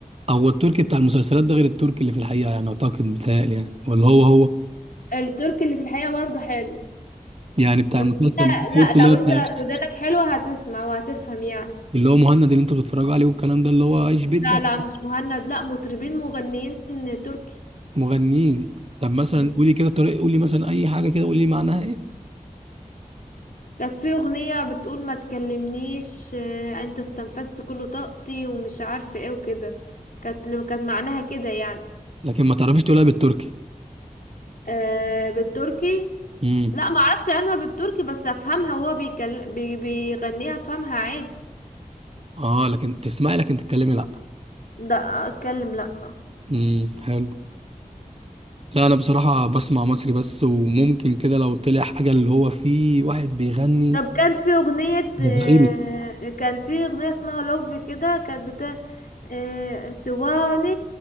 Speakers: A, on the right; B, on the left.
A: او التركي بتاع المسلسلات ده غير التركي اللي في الحقيقه يعني اعتقد متهيألي يعني ولا هو هو
B: التركي اللي في الحقيقة برضو حلو
A: يعني بتاع
B: بس
A: المسلسل
B: انت
A: ده التركي
B: لا لو
A: اللي هو
B: انت
A: بتاع-
B: ودانك حلوة هتسمع وهتفهم يعني
A: اللي هو مهند اللي انتوا بتتفرجوا عليه والكلام ده اللي هو ايش بدك
B: لا لا مش مهند لا مطربين مغنيين تركي
A: مغنيين طب مثلا
B: مم.
A: قولي كده طريقه قولي مثلا اي حاجه كده قولي معناها ايه
B: كانت في اغنية بتقول ما تكلمنيش آه، انت استنفذت كل طاقتي ومش عارفة ايه وكده كانت كانت معناها كده يعني
A: لكن ما تعرفيش تقولها بالتركي
B: أه بالتركي
A: امم
B: لا ما اعرفش عنها بالتركي بس افهمها وهو بيكل... بي... بيغنيها افهمها عادي
A: اه لكن تسمعي لكن تتكلمي لا
B: لا اتكلم لا
A: امم حلو لا انا بصراحه بسمع مصري بس وممكن كده لو طلع حاجه اللي هو فيه واحد بيغني
B: طب كانت في أغنية
A: جزائري
B: آه، كانت في أغنية اسمها لوف كده كانت بتاع آه، سواني